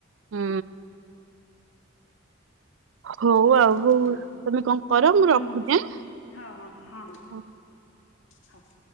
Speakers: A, on the right; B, on the left.
A: ହୁଁ। ହଉ
B: ହୁଁ
A: ଆଉ ହଉ ତମେ କଣ କର ମୁଁ ରଖୁଛି
B: ହୁଁ
A: ଏଁ।
B: ହଁ ହଁ ହଁ ହଁ ହଉ।